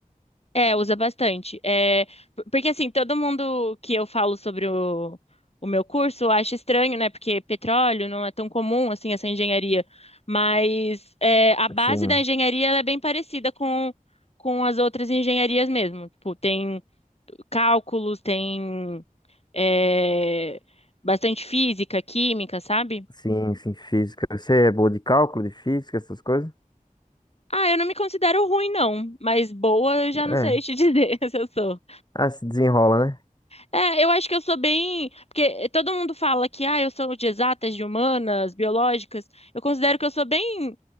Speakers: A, on the left (about 45°); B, on the left (about 30°).
A: É, usa bastante. É, por- porque assim, todo mundo que eu falo sobre o, o meu curso acha estranho, né? Porque petróleo não é tão comum assim essa engenharia. Mas é, a base
B: Sim,
A: da engenharia ela é bem parecida com, com as outras engenharias mesmo. Tipo, tem cálculos, tem é, bastante física, química, sabe?
B: sim, sim, física. Você é boa de cálculo, de física, essas coisas?
A: Ah, eu não me considero ruim, não, mas boa eu já
B: É.
A: não sei te dizer <laughs> se eu sou.
B: Ah, se desenrola, né?
A: É, eu acho que eu sou bem. Porque todo mundo fala que, ah, eu sou de exatas, de humanas, biológicas. Eu considero que eu sou bem